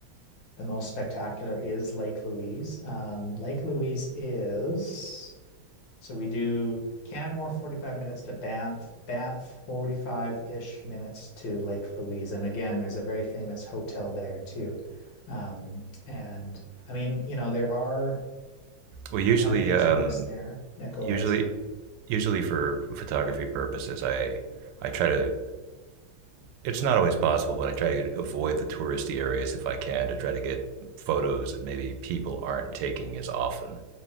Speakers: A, on the left (about 65°); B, on the right (about 85°).
A: the most spectacular is Lake Louise. Um, Lake Louise is. So we do Canmore 45 minutes to Banff, Banff 45-ish minutes to Lake Louise. And again, there's a very famous hotel there too. Um, and I mean, you know, there are
B: Well, usually,
A: plenty of
B: um,
A: tourists there. Yeah, go
B: usually,
A: ahead. Sorry.
B: usually for photography purposes, I I try to. It's not always possible, but I try to avoid the touristy areas if I can to try to get photos that maybe people aren't taking as often.